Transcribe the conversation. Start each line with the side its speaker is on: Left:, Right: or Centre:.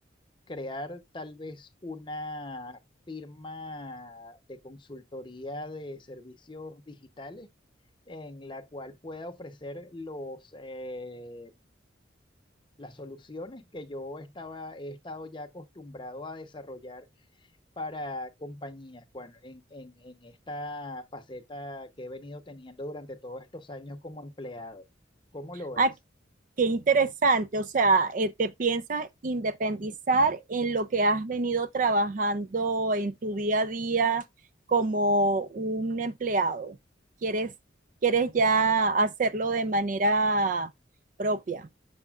Left: crear tal vez una firma de consultoría de servicios digitales en la cual pueda ofrecer los, eh, las soluciones que yo estaba, he estado ya acostumbrado a desarrollar para compañías, bueno, en, en, en esta faceta que he venido teniendo durante todos estos años como empleado. ¿Cómo lo ves?
Right: Ah, qué interesante. O sea, eh, te piensas independizar en lo que has venido trabajando en tu día a día como un empleado. ¿Quieres, quieres ya hacerlo de manera propia?